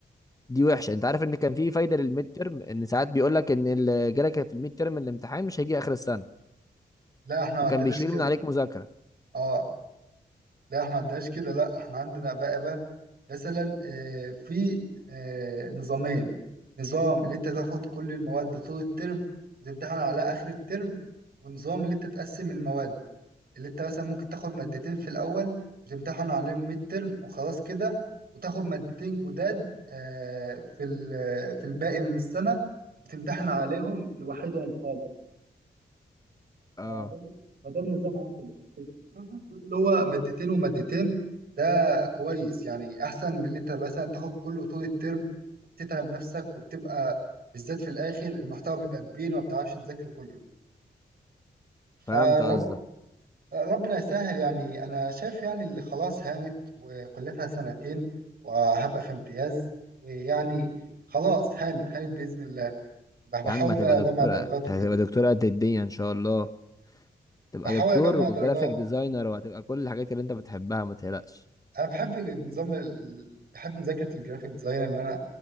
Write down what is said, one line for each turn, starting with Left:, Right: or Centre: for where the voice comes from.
Left: دي وحشه انت عارف ان كان في فايده للميد ترم ان ساعات بيقول لك ان اللي جالك في الميد ترم الامتحان مش هيجي اخر السنه
Right: لا احنا ما
Left: فكان
Right: عندناش
Left: بيشيل
Right: كده
Left: من عليك مذاكره
Right: اه لا احنا ما عندناش كده لا احنا عندنا بقى بقى مثلا آه، في آه، نظامين نظام اللي انت تاخد كل المواد طول الترم وتمتحن على اخر الترم ونظام اللي انت تقسم المواد اللي انت مثلا ممكن تاخد مادتين في الاول وتمتحن عليهم ميد ترم وخلاص كده وتاخد مادتين جداد آه، في ال- في الباقي من السنة وتمتحن عليهم لوحدهم خالص
Left: اه
Right: فده الن- فده النظام عندنا بصراحة النظام اللي هو مادتين ومادتين ده كويس يعني أحسن من اللي أنت مثلا تاخد كله طول الترم وبتتعب نفسك وبتبقى بالذات في الآخر المحتوى بيبقى كبير وما بتعرفش تذاكره كله فرب
Left: فهمت قصدك
Right: ربنا يسهل يعني أنا شايف يعني اللي خلاص هانت وكلتها سنتين وهبقى في امتياز ويعني خلاص هانت هانت بإذن الله بحاول
Left: يا عم هتبقى
Right: بقى
Left: دكتور
Right: أجمع درجات
Left: هتبقى
Right: وكده
Left: دكتور قد الدنيا ان شاء الله تبقى
Right: بحاول
Left: دكتور
Right: أجمع
Left: وجرافيك
Right: درجات
Left: ديزاينر وهتبقى كل الحاجات اللي انت بتحبها ما تقلقش
Right: انا بحب النظام ال... بحب مذاكره الجرافيك ديزاين اللي انا